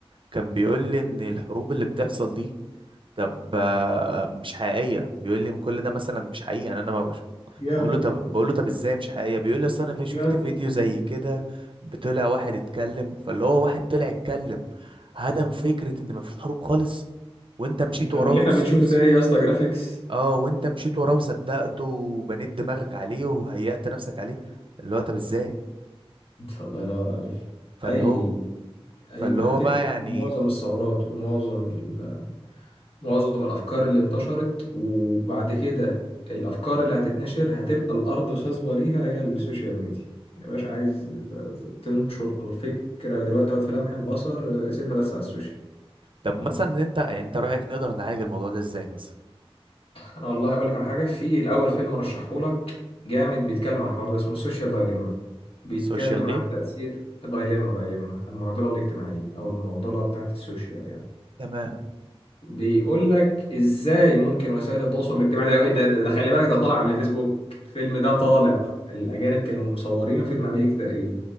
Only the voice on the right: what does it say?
كان بيقول لي ان الحروب اللي بتحصل دي طب آه، مش حقيقيه بيقول لي كل ده مثلا مش حقيقي يعني انا ما بشوف
بقول له طب بقول له طب ازاي مش حقيقيه بيقول لي اصل انا في شفت
فيديو زي كده بطلع واحد اتكلم فاللي هو واحد طلع اتكلم هدم فكره ان ما فيش حروب خالص وانت مشيت
وراه
وس-
وس-
اه وانت مشيت وراه وصدقته وبنيت دماغك عليه وهيأت نفسك عليه اللي هو طب ازاي
فاللي
هو
فاللي
هو
بقى يعني
طب
مثلا انت يعني انت رأيك نقدر نعالج الموضوع ده ازاي مثلا
سوشيال ايه
تمام